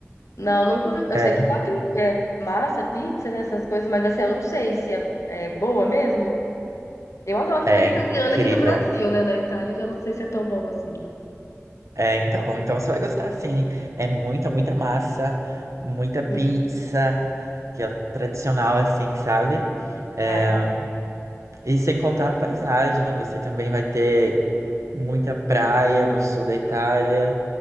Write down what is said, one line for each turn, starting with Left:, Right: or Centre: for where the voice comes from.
Left: Não, nunca. ouvi- Eu
Right: É,
Left: sei que lá tem é, massa, pizza, né, essas coisas, mas assim, eu não sei se é, é boa mesmo. Eu adoro
Right: é
Left: comida italiana
Right: incrível.
Left: aqui no Brasil, né? Na Itália, eu já não sei se é tão bom assim.
Right: É, então, então você vai gostar sim. É muita, muita massa, muita pizza,
Left: Hum.
Right: que é tradicional assim, sabe? É,
Left: Ah, é?
Right: E sem contar a paisagem, você também vai ter muita praia no sul da Itália